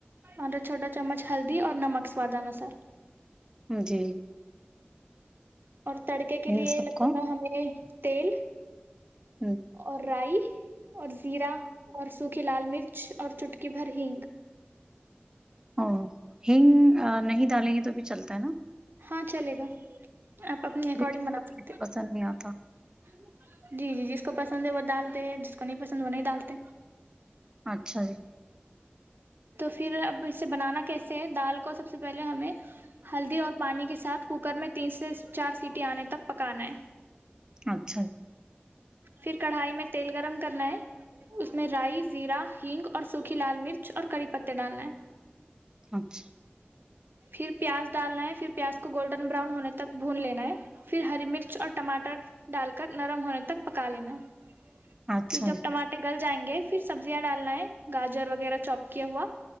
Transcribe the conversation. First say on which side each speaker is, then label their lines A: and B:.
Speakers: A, on the right (about 60°); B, on the right (about 20°).
A: ادھا چھوٹا چمچ ہلدی اور نمک سواد انوسار
B: ھم جی
A: اور تڑکے کے لیے
B: ان سب
A: لگے
B: کو
A: گا ہمیں تیل
B: ہوں
A: اور رائی اور زیرا اور سوکھی لال مرچ اور چٹکی بھر ہینگ
B: او ہنگ نہیں ڈالیں گے تو بھی چلتا ہے نا
A: ہاں چلے گا آپ اپنی
B: کیونکہ
A: اکارڈنگ بنا سکتے ہو
B: پسند نہیں آتا
A: جی جی جس کو پسند ہے وہ ڈالتے ہیں جس کو نہیں پسند وہ نہیں ڈالتے
B: اچھا جی
A: تو پھر اب اسے بنانا کیسے ہے دال کو سب سے پہلے ہمیں ہلدی اور پانی کے ساتھ کوکر میں تین سے چار سیٹی آنے تک پکانا ہے
B: اچھا جی
A: پھر کڑھائی میں تیل گرم کرنا ہے اس میں رائی زیرہ ہینگ اور سوکھی لال مرچ اور کری پتے ڈال لیں
B: اچھا
A: پھر پیاز ڈالنا ہے پھر پیاز کو گولڈن براؤن ہونے تک بھون لینا ہے پھر ہری مرچ اور ٹماٹر ڈال کر نرم ہونے تک پکا لینا ہے
B: اچھا
A: پھر جب
B: جی
A: ٹماٹے گل جائیں گے پھر سبزیاں ڈالنا ہے گاجر وغیرہ چوپ کیا ہوا